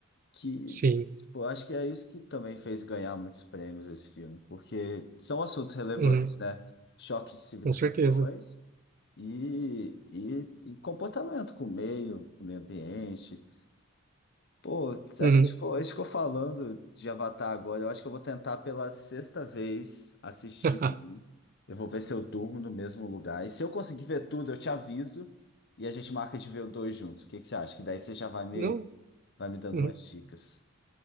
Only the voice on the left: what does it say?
que,
tipo, eu acho que é isso que também fez ganhar muitos prêmios esse filme, porque são assuntos relevantes,
né? Choque de civilizações
e, e, e comportamento com o meio, com o meio ambiente. Pô, a
gente ficou, a gente ficou falando de Avatar agora. Eu acho que eu vou tentar pela sexta vez assistir.
um. Eu vou ver se eu durmo no mesmo lugar. E se eu conseguir ver tudo, eu te aviso e a gente marca de ver o dois junto. O que que você acha? Que daí você já vai me,
vai me dando
umas dicas.